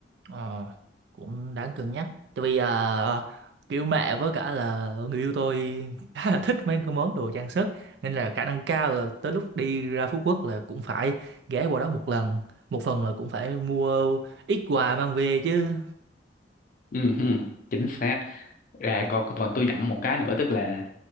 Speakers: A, on the right; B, on the left.
A: ờ, cũng đáng cân nhắc. Tại vì ờ, kiểu mẹ với cả là người yêu tôi khá là thích mấy cái món đồ trang sức. Nên là khả năng cao là tới lúc đi ra Phú Quốc là cũng phải ghé qua đó một lần. Một phần là cũng phải mua ít quà mang về chứ.
B: ừ, ừ, chính xác À, còn còn tôi dặn một cái nữa tức là